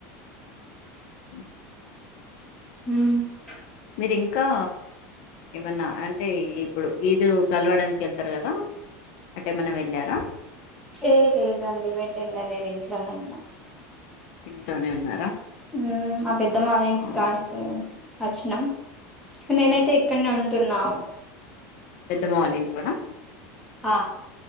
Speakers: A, on the left; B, in the centre.
A: <inaudible>
B: మ్
A: మీదిఇంకా ఏమన్నా అంటే ఇప్పుడు ఈదు కలవడానికి వెళ్తారు కదా అటేమన్నా వెళ్ళారా
B: ఏ లేదండి బయట వెళ్ళలేదు ఇంట్లోనే ఉన్నాం
A: ఇంట్లోనే ఉన్నారా
B: ఉ మ పెద్దమ వాళ్ళ ఇంటి
A: అవును
B: కాడకి వచ్చినం నేనైతే
A: మ్హూ.
B: ఇక్కడ్నే ఉంటున్నావు
A: పెద్దమ్మ వాల్లింట్లోనా
B: అ